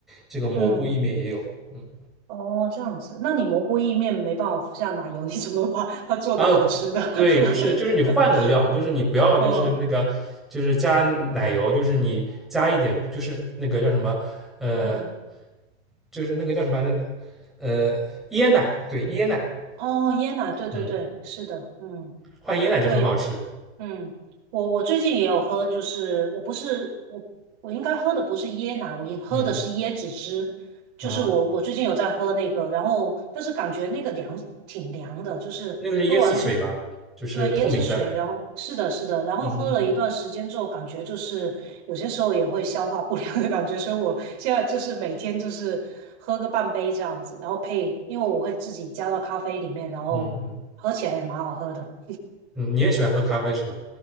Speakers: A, in the centre; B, on the right.
A: 这个蘑菇意面也有，
B: 嗯，
A: 嗯，
B: 哦，这样子，那你蘑菇意面没办法下奶油，你怎么把它做的好吃的？
A: 然后对，
B: <laughs>
A: 就是就是你换个料，就是你不要就是那个就是加奶油，
B: 嗯
A: 就是你加一点就是那个叫什么，呃，
B: 嗯，
A: 就是那个叫什么来着，呃，椰奶，对，椰奶。
B: 哦，椰奶，对对对，
A: 嗯。
B: 是的，嗯，
A: 换椰奶就很好吃。
B: 对，嗯，我我最近也有喝，就是我不是我我应该喝的不是椰奶，我也喝的是椰子汁，
A: 嗯
B: 就是我我最近有在喝那个，
A: 啊，
B: 然后但是感觉那个凉挺凉的，就是喝完之
A: 那个是椰子水吧，就是透明的。
B: 对椰子水，然后是的是的，然后喝了一段时间之后，
A: 嗯嗯
B: 感觉就是有些时候也会消化不良的感觉，所以我现在就是每天就是喝个半杯这样子，然后配，因为我会自己加到咖啡里面，然后喝起来也蛮好喝的。
A: 嗯嗯嗯，你也喜欢喝咖啡是吧？